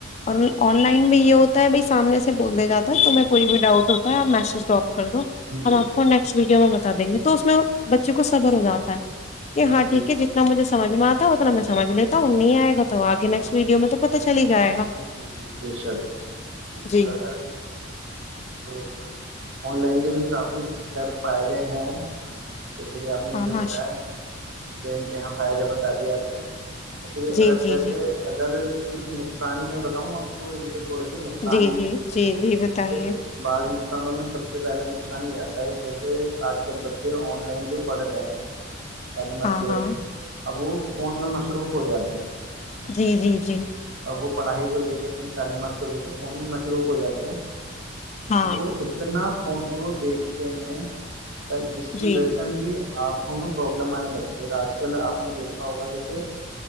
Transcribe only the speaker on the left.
اور
آن لائن بھی یہ ہو بھائی سامنے سے بول جاتا ہے تمہ کوئی بھی ڈاؤ ہوتا ہےپ میسج ڈراپ کر مک آب
آپ
کو نیکسٹ ویڈو م دیں گے تو اس میں بچے کو صبر ہو جاتا ہے کہ
ہاں ٹھیک ہے جیس مھےمج میں آتا اتنا میں سمج لیتا ہ اور نہیں آئے گا تو آگے نیکسٹ ویڈیو میں تو پتا چل ہی جائے گا
جی
ہاں
ماش
جی جی
جی
جی
جی
جی جی بتائیے
ہاں
ہاں
جی جی جی
ہاں
جی